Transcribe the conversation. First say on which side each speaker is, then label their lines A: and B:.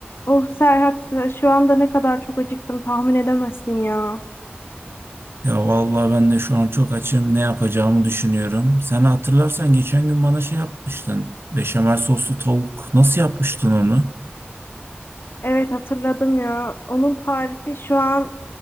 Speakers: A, on the left; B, on the right.
A: Of Serhat e, şu anda ne kadar çok acıktım tahmin edemezsin ya.
B: Ya vallahi ben de şu an çok açım. Ne yapacağımı düşünüyorum. Sen hatırlarsan geçen gün bana şey yapmıştın. Beşamel soslu tavuk. Nasıl yapmıştın onu?
A: Evet hatırladım ya. Onun tarifi şu an